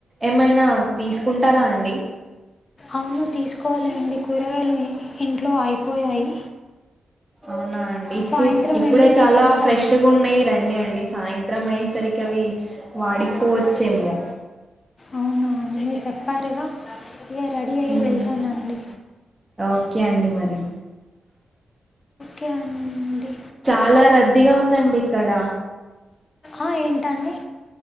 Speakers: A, on the right (about 20°); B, on the left (about 45°).
A: ఏమైనా తీసుకుంటారా అండి
B: అవును తీసుకోవాలండి కూరగాయలు ఇ ఇంట్లో అయిపోయాయి
A: అవునా అండి ఇప్పుడు
B: సాయంత్రం
A: ఇప్పుడే
B: వెళ్ళి
A: చాలా
B: తీసుకుంటాను
A: ఫ్రెష్ గున్నాయి రండి అండి సాయంత్రం అయ్యేసరికి అవి వాడిపోవచ్చేమో
B: అవునా మీరు చెప్పారుగా ఇక రెడీ అయ్యి
A: ఉమ్,
B: వెళ్తానండి
A: ఓకే అండి మరి
B: ఓకే అండి
A: చాలా రద్దీగా ఉందండి ఇక్కడ
B: ఆ ఏంటండి